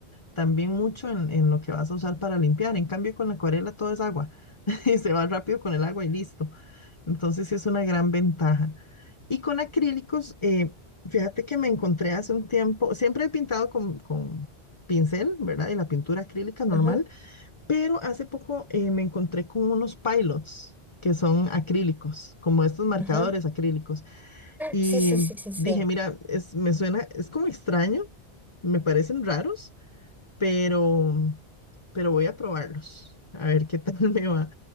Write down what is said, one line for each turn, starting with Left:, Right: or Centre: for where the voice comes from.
Left: también mucho en, en lo que vas a usar para limpiar. En cambio, con la acuarela todo es agua <laughs> y se va rápido con el agua y listo. Entonces, sí es una gran ventaja. Y con acrílicos, eh, fíjate que me encontré hace un tiempo, siempre he pintado con, con pincel, ¿verdad? Y la pintura acrílica normal
Centre: ujú,
Left: pero hace poco eh, me encontré con unos pilots que son acrílicos, como estos marcadores
Centre: ujú. <gasps>
Left: acrílicos. Y
Centre: Sí, sí, sí, sí, sí.
Left: dije, mira, es, me suena, es como extraño, me parecen raros, pero, pero voy a probarlos, a ver qué tal <laughs> me va.